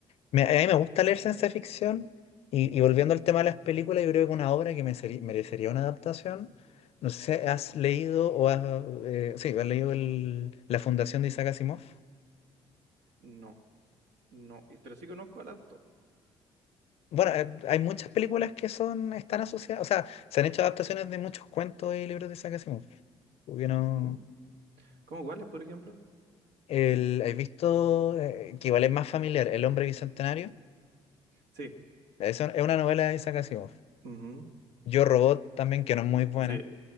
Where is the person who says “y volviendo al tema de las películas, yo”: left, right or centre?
Left